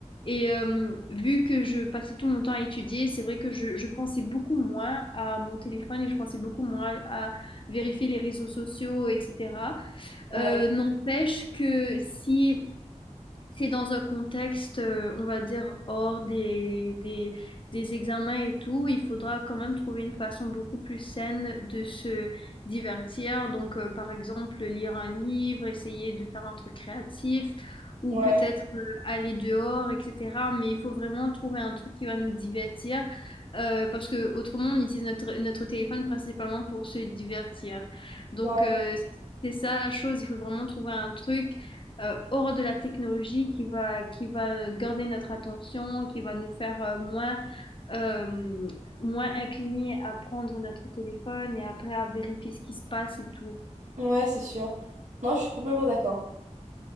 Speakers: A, on the left; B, on the right.
A: Et euh, vu que je passais tout mon temps à étudier, c'est vrai que je, je pensais beaucoup moins à mon téléphone et je pensais beaucoup moins à vérifier les réseaux sociaux, etc.
B: Ouais,
A: Euh, n'empêche que si c'est dans un contexte, euh, on va dire, hors des, des, des examens et tout, il faudra quand même trouver une façon beaucoup plus saine de se divertir. Donc, euh, par exemple, lire un livre, essayer de faire un truc créatif ou
B: ouais,
A: peut-être euh, aller dehors, etc. Mais il faut vraiment trouver un truc qui va nous divertir euh, parce que autrement, on utilise notre, notre téléphone principalement pour se divertir. Donc,
B: ouais,
A: euh, c'est ça la chose, il faut vraiment trouver un truc euh, hors de la technologie qui va, qui va euh, garder notre attention, qui va nous faire euh, moins, euh, moins inclinés à prendre notre téléphone et après à vérifier ce qui se passe et tout.
B: ouais, c'est sûr. Non, je suis complètement d'accord.